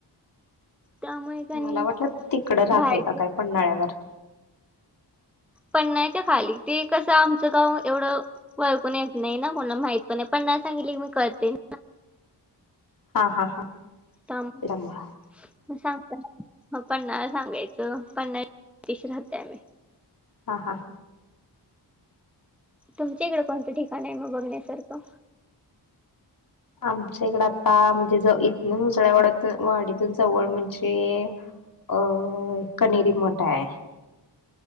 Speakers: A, in the centre; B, on the left.
A: त्यामुळे कणी
B: मला वाटलं तिकडं राहताय
A: बाहेर
B: का काय? पन्हाळ्यावर?
A: पन्हाळ्याच्या खाली, ते कसं आमचं गाव एवढं वळकून येत नाही ना, कोणाला माहित पण नाही. पन्हाळा सांगितले की मग कळतंय.
B: हा हा हा.
A: थांब.
B: त्यामुळ
A: मग सांगताना पन्हाळा सांगायचं, पन्हाळ्या... थ्याशी राहते आम्ही.
B: हां हां.
A: तुमच्या इकडे, कोणतं ठिकाण आहे मग बघण्यासारखं?
B: आमच्या इकडं आता म्हणजे ज इथनं, उजळ्याईवाड्यात वाडीतून जवळ म्हणजे अ कणेरी मठ आहे.